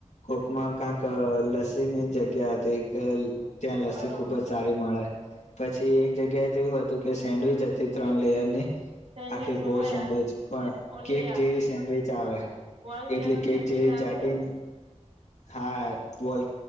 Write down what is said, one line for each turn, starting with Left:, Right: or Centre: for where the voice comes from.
Left: કોકમાં કાક લસ્સી ની જગ્યા હતી કે ત્યાં લસ્સી
Right: બરોબર
Left: ખુબ જ સારી મળે. પછી એક જગ્યાએ તો એવું હતું કે, સેન્ડવીચ ત્રણ લેયરની
Right: સેન્ડવીચ
Left: આખી ગોડ
Right: હોયા
Left: સેન્ડવીચ પણ,
Right: ઓલી
Left: કેક
Right: આ
Left: જેવી સેન્ડવીચ આવે.
Right: બોલ
Left: એટલે
Right: કેનો
Left: કેક
Right: સેન્ડવીચ
Left: જેવી
Right: આવે
Left: જાડી,
Right: રહી
Left: ને? હા, બોલ.